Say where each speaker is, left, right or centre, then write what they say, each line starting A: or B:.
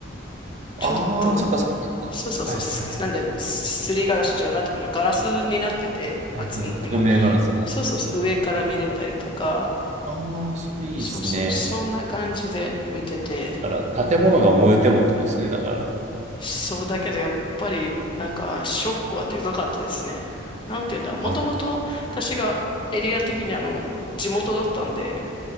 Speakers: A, on the right; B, on the left.
A: ああー、
B: ちょっと、
A: そっかそっかそっか。
B: そうそうそう、
A: はいは
B: すなんで、すりガラスじゃなくてもガラスになってて、厚みの、
A: いはいはい。透明ガラスで。
B: そうそうそう、上から見れたりとか、
A: ああ、それいいですね。
B: そうそう、そんな感じで見てて、
A: だから、建物が燃えてもってことですよね、だから。
B: そうだけどやっぱりなんかショックはでかかったですね。なんて言うんだろう。もともと私がエリア的にあの地元だったんで、
A: あ、